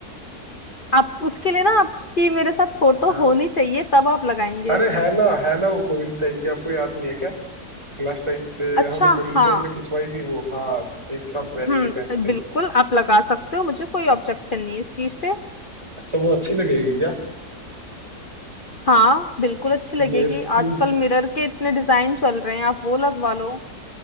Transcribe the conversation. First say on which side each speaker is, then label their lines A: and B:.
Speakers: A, on the left (about 35°); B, on the right (about 15°).
A: आप उसके लिए ना आपकी मेरे साथ फोटो
B: हाँ
A: होनी चाहिए तब आप लगाएंगे
B: अरे है ना है ना वो कॉलेज टाइम की आपको याद नहीं है क्या क्लास टाइम पे
A: अच्छा
B: हमने कॉलेज
A: हाँ
B: टाइम पे खिंचवाई थी वो हाँ एक साथ बैठ
A: हम्म
B: के बेंच पे
A: बिल्कुल आप लगा सकते हो मुझे कोई ऑब्जेक्शन नहीं है इस चीज पे
B: अच्छा वो अच्छी लगेगी क्या
A: हाँ बिल्कुल अच्छी लगेगी
B: मेरे <laughs>
A: आजकल मिरर के इतने डिजाइन चल रहे हैं आप वो लगवा लो